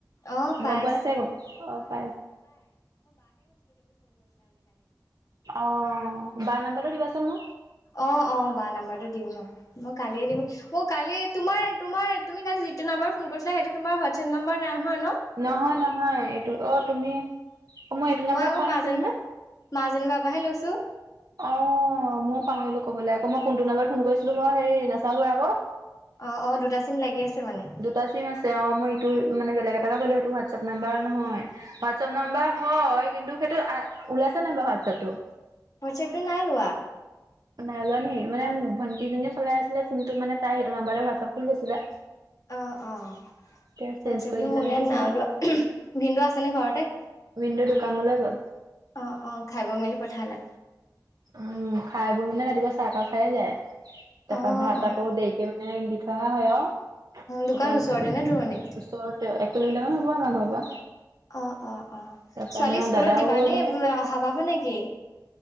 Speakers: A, on the left; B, on the right.
A: অ' পাই
B: গম পোৱা নাচাগে অ বাৰ নাম্বাৰটো দিবাচোন মোক।
A: অ' অ' বা নাম্বাৰটো দিম ন মই কালিয়ে দিম। মোক কালি তোমাৰ তোমাৰ তুমি কালি যিটো নম্বাৰ ফোন কৰিছিলা সেইটো তোমাৰ হোৱাটছএপ নাম্বাৰ নাই হয় ন
B: নহয়, নহয়। এইটো অ' তুমি। এইটো নাম্বাৰত
A: মই আকৌ
B: কোৱা
A: মাজনী
B: নাছিলো
A: বাহ
B: নে?
A: মাজনী বাৰহ পৰাহে লৈছো।
B: অ' মই পাহৰিলো ক'বলৈ আকৌ মই কোনটো নাম্বাৰত ফোন কৰিছিলো মই হেৰি নাচালো আকৌ।
A: অ' অ' দুটা চিম লাগি আছে মানে।
B: দুটা চিম আছে অ মই ইটো মানে বেলেগ এটা কৰিলো, সেইটো হোৱাটচএপ নাম্বাৰ নহয় হোৱাটচআপ
A: অ',
B: নাম্বাৰ হয়, কিন্তু সেইটো ওলাইছো নাই বাৰু হোৱাটছএপ টো
A: ওৱাটচপটো নাই ওলোৱা।
B: নাই যোৱা নি মানে ভণ্টিজনীয়ে চলাই আছিলে ফোনটো মে তাইেটো নাম্বাৰ হোৱাটছআপ খুলি লৈছিলে।
A: অ' অ'
B: এতিয়া চেঞ্জ
A: ওৱাটচপটো
B: কৰি দিলে
A: মোৰ
B: নেকি
A: ইয়াত
B: চাগে
A: নাই ওলোৱা ভিন্নদেউ আছেনে ঘৰতে।
B: ভিন্নদেউ দুোকানলৈ গ'ল।
A: অ' অ' খাইাব মেলি পঠালা।
B: উম, খাই বোৰ মানে ৰাতিপুৱা চাহকাপ খাইে যায় তাৰপা
A: অ',
B: ভাত
A: অ',
B: আকৌ
A: অ',
B: দেৰি তাকে মানে দি থয় অহা হয় আৰু
A: দোকান
B: তাৰ পৰা আমাৰ
A: ওচৰতে নে দূৰণিত?
B: ওচৰতে এক কিলোমিটাৰ মান হ'ব আমাৰ ঘৰৰ পৰা।
A: অ' অ' অ'ছোৱালীক
B: তাৰপা আমাৰ
A: স্কুলত
B: দাদাও
A: দিবানে
B: যায়
A: অহা বা নেকি?